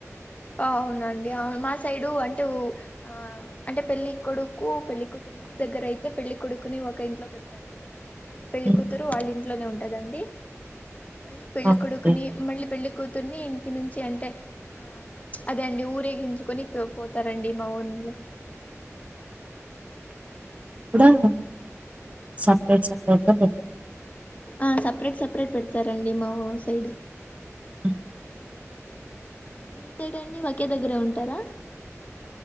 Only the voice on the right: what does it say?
ఉమ్,
అవునండి.
కూడా సపరేట్ సపరేట్ గా పెడతారు
ఉమ్,